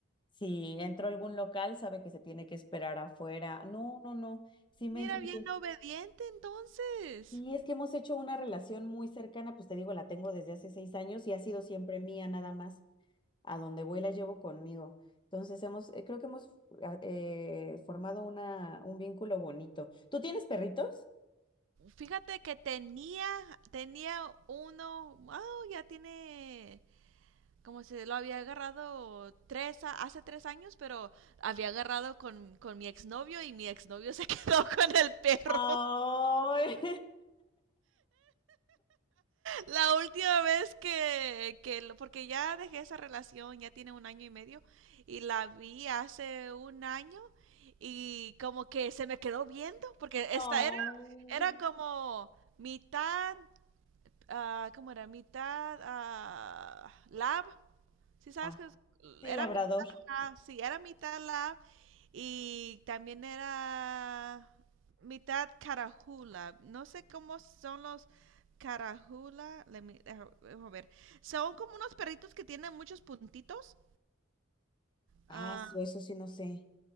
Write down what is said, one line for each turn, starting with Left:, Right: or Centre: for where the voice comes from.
Left: Si entro a algún local, sabe que se tiene que esperar afuera. No, no, no. Sí me
Right: Mira,
Left: entiende.
Right: bien obediente entonces.
Left: Y es que hemos hecho una relación muy cercana, pues te digo, la tengo desde hace seis años y ha sido siempre mía nada más a donde voy la llevo conmigo. Entonces hemos, eh, creo que hemos ah, eh, formado una, un vínculo bonito. ¿Tú tienes perritos?
Right: Fíjate que tenía, tenía uno, oh, ya tiene, como si lo había agarrado tres, a- hace tres años, pero había agarrado con, con mi exnovio y mi exnovio se <laughs> quedó con el perro.
Left: Ay,
Right: La última vez que, que, lo- porque ya dejé esa relación, ya tiene un año y medio, y la vi hace un año y como que se me quedó viendo, porque
Left: <laughs>
Right: esta
Left: no.
Right: era, era como mitad ah, ¿cómo era? Mitad ah, lab. Si sabes
Left: Ah,
Right: que es-
Left: Sí,
Right: era
Left: labrador.
Right: mitad lab, sí, era mitad lab y también era mitad carajula. No sé cómo son los carajula. Let me- deja- déjame ver. Son como unos perritos que tienen muchos puntitos. Ah,
Left: ah, sí, eso sí no sé.